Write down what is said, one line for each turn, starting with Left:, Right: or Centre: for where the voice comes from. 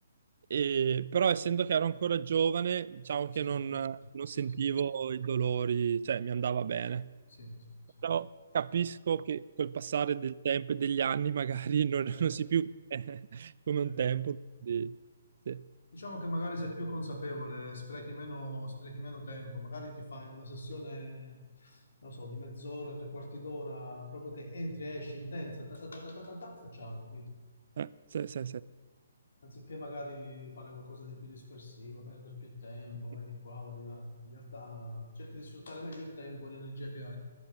Right: E- però essendo che ero ancora giovane, diciamo
Left: Sì,
Right: che non non
Left: sì,
Right: sentivo
Left: sì,
Right: i dolori, cioè mi andava bene.
Left: sì, sì, sì.
Right: Però capisco che col passare del tempo e degli anni <laughs> magari non,
Left: Certo,
Right: non si più <laughs> eh, come
Left: certo.
Right: un tempo. quindi, sì.
Left: Diciamo che magari sei più consapevole, sprechi meno, sprechi meno tempo, magari ti fai una sessione, non so, di mezz'ora, tre quarti d'ora, proprio che entri e esci intensa, ta ta ta ta ta ta, ta, e ciao, capito?
Right: Eh, sì, sì,
Left: Anziché magari fare qualcosa di più dispersivo, perdere più tempo, vai
Right: sì.
Left: di qua, vai di là. In realtà cerchi di sfruttare meglio il tempo e l'energia che hai.